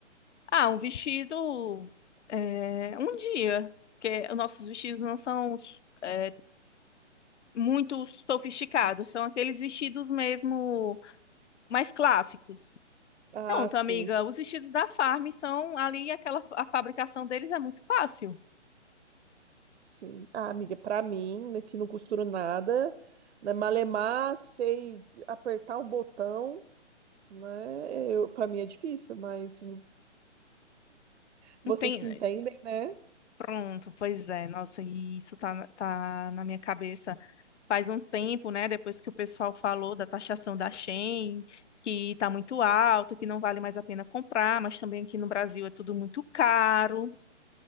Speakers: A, on the left; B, on the right.
A: Ah, um vestido, é, um dia, porque os nossos vestidos não são é, muito sofisticados, são aqueles vestidos mesmo mais clássicos.
B: Ah,
A: Pronto,
B: sim.
A: amiga, os vestidos da Farm são ali, aquela, a fabricação deles é muito fácil.
B: Sim. Ah, amiga, pra mim, né, que não costuro nada, né, malemar, sei apertar um botão, né? Eu, para mim é difícil, mas vocês
A: Não tem.
B: que entendem, né?
A: Pronto, pois é, nossa, e isso tá, na- tá na minha cabeça. faz um tempo, né, depois que o pessoal falou da taxação da Shein, que está muito alta, que não vale mais a pena comprar, mas também aqui no Brasil é tudo muito caro.